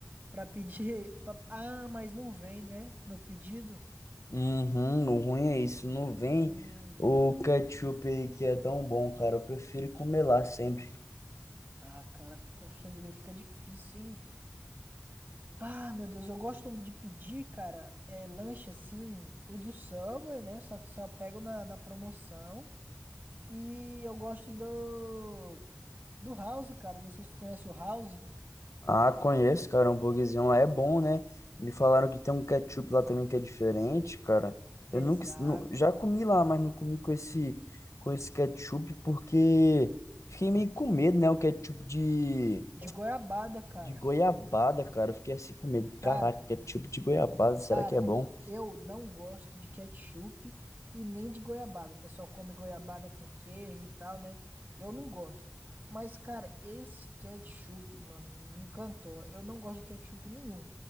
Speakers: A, on the right; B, on the left.
A: pra pedir. <laughs> pra- Ah, mas não vem, né? No pedido.
B: Uhum, o ruim é isso, não vem
A: Hum,
B: o ketchup aí que é tão bom, cara. Eu prefiro comer lá sempre.
A: ah, cara, poxa vida, aí fica difícil, hein? Ah, meu Deus, eu gosto de pedir, cara, é, lanche assim, o do Subway, né? Só que só pego na, na promoção. E eu gosto do, do House, cara. Não sei se tu conhece o House.
B: Ah, conheço, cara. O hambúrguerzinho lá é bom, né? Me falaram que tem um ketchup lá também que é diferente, cara.
A: Exato.
B: Eu nunca, nu- já comi lá, mas não comi com esse, com esse ketchup porque fiquei meio com medo, né? O ketchup de,
A: De goiabada, cara.
B: de goiabada, cara. Eu fiquei assim com medo.
A: Cara,
B: Caraca, ketchup de goiabada, será
A: Cara,
B: que é bom?
A: eu não gosto de ketchup e nem de goiabada. O pessoal come goiabada com queijo e tal, né? Eu não gosto. Mas, cara, esse ketchup, mano, me encantou. Eu não gosto de ketchup nenhum.